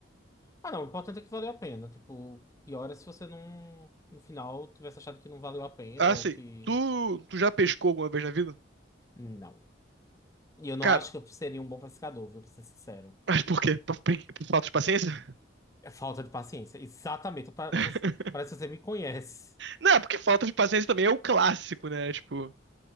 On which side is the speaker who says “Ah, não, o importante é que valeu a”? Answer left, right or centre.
Left